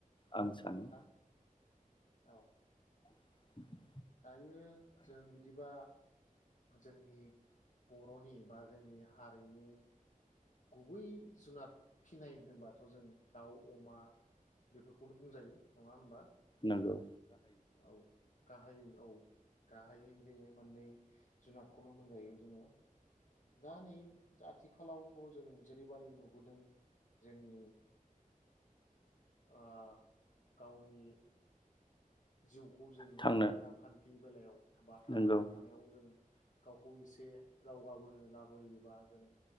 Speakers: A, on the left (about 35°); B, on the left (about 65°).
A: आं
B: नंगौ
A: सानो
B: नोंथां औ
A: <unintelligible>
B: दायो जों बिदिबा जोंनि बर'नि बा जोंनि हारिनि गुबै जुनाद फिनाय दोनबाथ जों दाउ अमा बेफोरखौनो बुंजायो नङा होमबा?
A: नोंगौ
B: औ गाहायै औ गाहायै बे मोननै जुनादखौनो मोनजायो जोङो दा नै आथिखालावथ जों जेरैबाददि नुबोदों जोंनि आ गावनि जिउखौ जों
A: थांनो
B: मोजाङै रांखान्थि बि बेलायाव बा थांनानै
A: नंगौ
B: थानायाव जों गावखौ एसे दावगाबोनो लाबोयोबा जों